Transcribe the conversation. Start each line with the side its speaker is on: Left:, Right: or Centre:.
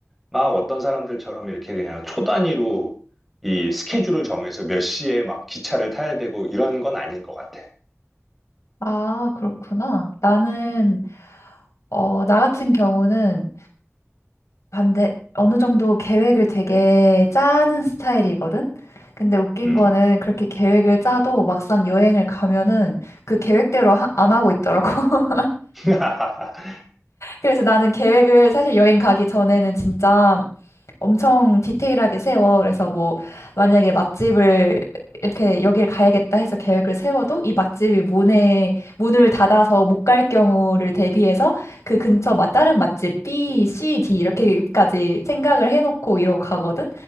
Centre: 막 어떤 사람들처럼 이렇게 그냥 초단위로 이 스케줄을 정해서 몇 시에 막 기차를 타야 되고 이런 건 아닌 것 같아.
Left: 아, 그렇구나. 나는, 어, 나 같은 경우는 반대, 어느 정도 계획을 되게 짜는 스타일이거든? 근데 웃긴
Centre: 음.
Left: 거는 그렇게 계획을 짜도 막상 여행을 가면은 그 계획대로 하- 안 하고 있더라고. <laughs>
Centre: <laughs>
Left: 그래서 나는 계획을 사실 여행 가기 전에는 진짜 엄청 디테일하게 세워. 그래서 뭐 만약에 맛집을 이렇게 여길 가야겠다 해서 계획을 세워도 이 맛집이 문에 문을 닫아서 못 갈 경우를 대비해서 그 근처 맛 다른 맛집 B, C, D 이렇게까지 생각을 해놓고 이러고 가거든.